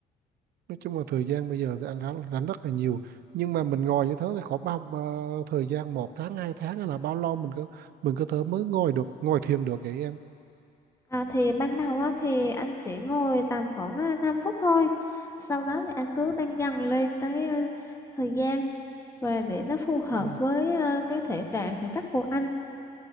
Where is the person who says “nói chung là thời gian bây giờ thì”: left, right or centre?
Right